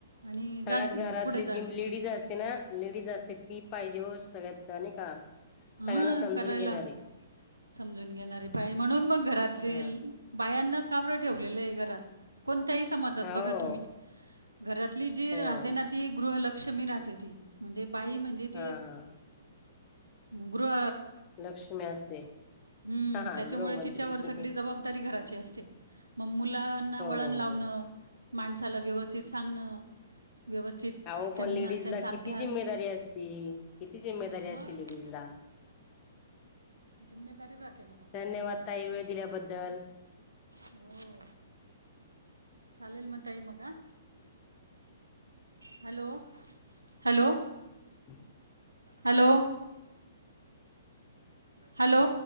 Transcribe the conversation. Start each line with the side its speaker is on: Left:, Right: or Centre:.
Right: आणि
Left: सगळ्यात
Right: जा
Left: घरातली
Right: पुढे जा
Left: जी लेडीज असते ना लेडीज असते ही पाहिजे हो सगळ्यात आणि का
Right: हां
Left: सगळ्यांना समजून
Right: करायला
Left: घेणारे
Right: समजून घेणारे पाहिजे म्हणून मग घरातले
Left: हा
Right: बायांनाच काब्र ठेवलेलं आहे घरात कोण समज बघा
Left: हो
Right: तुम् घरातली जी
Left: हो
Right: राह ना त ग लक्ष्मी राहते ती म्हणजे बाई म्हणजे ती
Left: हा
Right: एक
Left: हा
Right: गृह
Left: लक्ष्मी्या असते
Right: हम्म
Left: हा हा
Right: त्याच्यामुळे
Left: गृहमंत्री
Right: तिच्यावर सगळी
Left: हो
Right: जबाबदारी घराची असते मग मुलांना
Left: हो
Right: वळण लावणं
Left: हो
Right: माणसाला व्यवस्थित सांगणं व्यवस्थित
Left: अहो
Right: त्यांना
Left: पण लेडीज
Right: त्यांचा
Left: ला
Right: अभ्यास
Left: किती जिम्मेदारी असती किती जिम्मेदारी असती
Right: मग
Left: लेडीज ला
Right: जिम्मेदारी राहते ना बाबा
Left: धन्यवाद ताई वेळ दिल्याबद्दल
Right: हो चालेल म म हॅलो हॅलो
Left: हम
Right: हॅलो. हॅलो